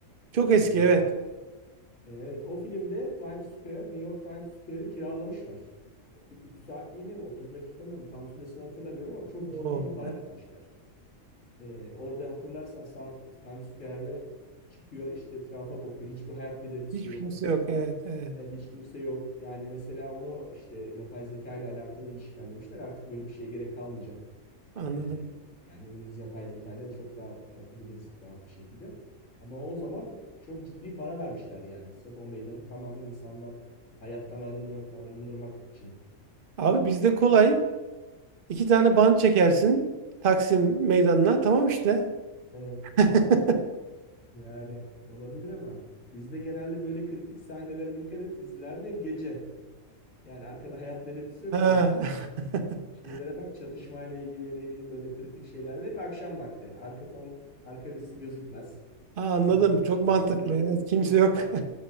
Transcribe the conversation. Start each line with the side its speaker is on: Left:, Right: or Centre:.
Right: Çok eski
Left: E,
Right: evet.
Left: e, evet o filmde Times Square, New York Times Square'ı kiralamışlar. 3 saatliğine mi 30 dakikada mı tam süresini hatırlamıyorum ama çok
Right: Oo,
Left: ciddi bir para
Right: evet.
Left: vermişler. E, orada hatırlarsan sah- Times Square'de çıkıyor işte etrafa bakıyor hiçbir hayat belirtisi
Right: Hiçbir
Left: yok.
Right: kimse yok. Evet, evet.
Left: Evet, hiç kimse yok. Yani mesela onu işte yapay zeka ile alakalı ilişkilendirmişler. Artık böyle bir şeye gerek kalmayacak.
Right: Anladım.
Left: Ee, yani bunu biz yapay zeka ile çok daha yapabiliriz rahat bir şekilde. Ama o zaman çok ciddi para vermişler yani. Sırf o meydanı tamamen insandan, hayattan arındır- arındırmak için.
Right: Abi bizde kolay. İki tane bant çekersin Taksim meydanına. Tamam işte.
Left: Evet.
Right: <laughs>
Left: Yani olabilir ama bizde genelde böyle kritik sahnelere dikkat et dizilerde hep gece. Yani arkada hayat belirtisi yok
Right: Ha.
Left: ama bütün
Right: <laughs>
Left: şeylere bak çatışmayla ilgili ne bileyim böyle kritik şeylerde hep akşam vakti. Arka fon, arka ısı gözükmez.
Right: Ha, anladım.
Left: Ne bileyim
Right: Çok
Left: işte
Right: mantıklı.
Left: bizlere
Right: Evet, kimse yok.
Left: e,
Right: <laughs>